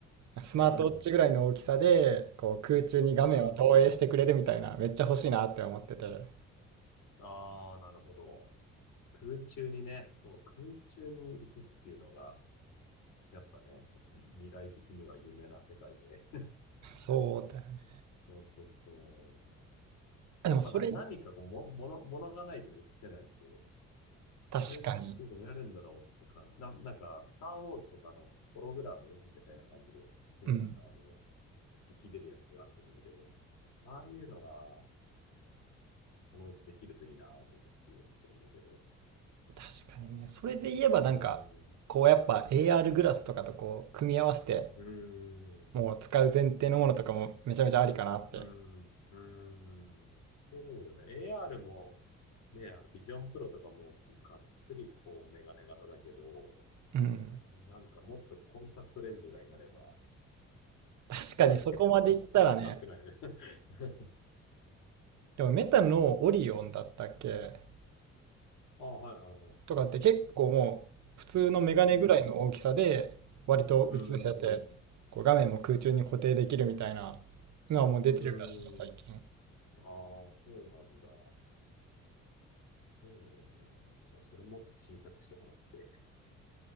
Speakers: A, on the right; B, on the left.
A: スマートウォッチぐらいの大きさで、
B: うん、
A: こう空中に画面を投影してくれるみたいな、
B: うん。
A: めっちゃ欲しいなって思ってて。
B: ああ、なるほど。空中にね、そう、空中に移すっていうのが、やっぱね、ちょっと未来的には夢な世界で。
A: そうだよね。
B: <laughs> そうそうそう。
A: でもそれ、
B: やっぱな、何かこうも、もの、ものがないとね、移せないんで、それってどうやるんだろうっていうか、
A: 確かに。
B: な、なんか、スターウォーズとかのホログラムみたいな感じで、ね、
A: うん。
B: あの、浮き出るやつがあると思うんだけど、ああいうのが、そのうちできるといいなと思って見てるんだけど、
A: 確かにね。それで言えばなんか、
B: うーん、
A: こうやっぱ AR グラスとかとこう組み合わせて、
B: うーん
A: もう使う前提のものとかもめちゃめちゃありかなって。
B: うん、うん、そうだね。AR も、ね、あの、ビジョンプロとかも、がっつり、こう、メガネ型だけど、
A: うん。
B: なんかもっとコンタクトレンズぐらいになれば、
A: 確かにそこまでいったらね。
B: あれつけててもはず、恥ずかしくないよね。<laughs>
A: でもメタのオリオンだったっけ
B: ねあ、はいはいはい。
A: とかって結構もう普通のメガネぐらいの大きさで割と映せて、
B: うん、うん、
A: こう画面も空中に固定できるみたいなのはもう出てるらしいよ、
B: うん、
A: 最近。
B: うん。ああ、そうなんだ。そうだよね。じゃあ、それもっと小さくしてもらって。